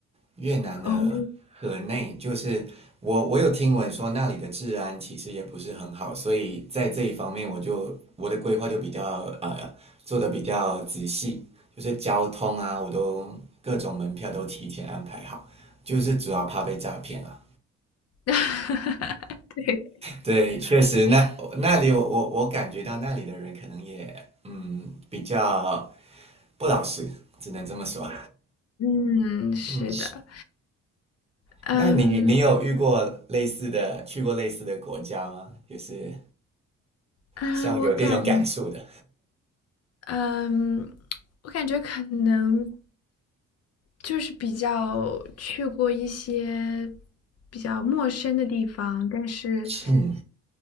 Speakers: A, on the right; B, on the left.
A: 越南的河内，
B: 哦，
A: 就是我我有听闻说那里的治安其实也不是很好，所以在这一方面我就我的规划就比较呃做的比较仔细，就是交通啊，我都各种门票都提前安排好，就是主要怕被诈骗啊。
B: <laughs> 对，
A: 对，确实，那那里我我我感觉到那里的人可能也嗯比较不老实，只能这么说。
B: 嗯，是的，
A: 嗯，是
B: 嗯
A: 那你你有遇过类似的，去过类似的国家吗？就是
B: 嗯，
A: 像有这种感受的。
B: 我感，嗯，我感觉可能就是比较去过一些比较陌生的地方，但是
A: 是嗯，